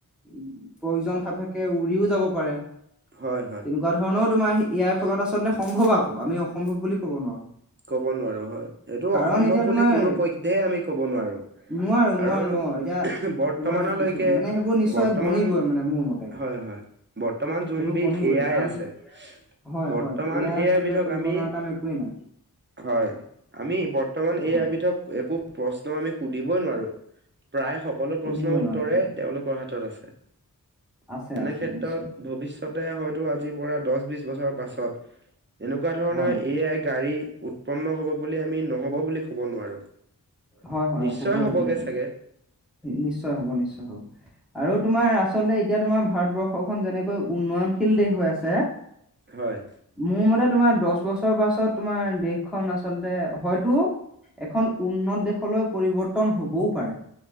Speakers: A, in the centre; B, on the right (about 30°).
A: প্ৰয়োজন সাপেক্ষে, উৰিও যাব পাৰে।
B: হয় হয়
A: তেনেকুৱা ধৰণৰো তোমাৰ এই, আইৰ, ফলত আচলতে সম্ভৱ আকৌ, আমি অসম্ভৱ বুলি কব নোৱাৰো।
B: ক'ব নোৱাৰো হয়, এইটো অসম্ভৱ
A: কাৰণ এতিয়া
B: বুলি
A: তোমাৰ
B: কোনো পধ্যেই আমি ক'ব নোৱাৰো।
A: নোৱাৰো
B: কাৰণ
A: নোৱাৰো অ এতিয়া
B: বৰ্তমানলৈকে,
A: তোমাৰ কিছু মানে সেইবোৰ নিশ্চয়
B: বৰ্তমান
A: বনিবই মানে মোৰ মতে
B: হয়, হয়। বৰ্তমান যোনবিধ
A: সেইবোৰ বনিবই
B: এ, আই,
A: কাৰণ
B: আছে।
A: হয়,
B: বৰ্তমান
A: হয়, এ, আই, আচলতে
B: বিধক
A: কৰিব
B: আমি
A: নোৱাৰা কাম একোৱেই নাই।
B: হয়, আমি বৰ্তমান এ,
A: হয়
B: আই, বিধক একো প্ৰশ্ন আমি সুধিবই নোৱাৰো। প্ৰায় সকলো
A: সুধিবই
B: প্ৰশ্নৰ উত্তৰে
A: নোৱাৰে হয়
B: তেওঁলোকৰ হাতত আছে।
A: আছে
B: এনে
A: আছে
B: ক্ষেত্ৰত,
A: নিশ্চয়
B: ভৱিষ্য তাতে হয়তো আজি পৰা দহ বিশ বছৰৰ পাছত এনেকুৱা ধৰণৰ
A: হয়
B: এ আই গাড়ী উৎপন্ন হব বুলি আমি নহ'ব বুলি ক'ব নোৱাৰো
A: হয় হয়
B: নিশ্চয়
A: হ'বই
B: হবগে
A: হ'বই
B: চাগে
A: নিশ্চয় হব নিশ্চয় হব আৰু তোমাৰ আচলতে এতিয়া তোমাৰ ভাৰতবৰ্ষখন যেনেকৈ উন্নয়ন শীল দেশ হৈ আছে
B: হয়
A: মোৰ মতে তোমাৰ দহ বছৰৰ পাছত তোমাৰ দেশখন আচলতে হয়তো এখন উন্নত দেশলৈ পৰিৱৰ্তন হবও পাৰে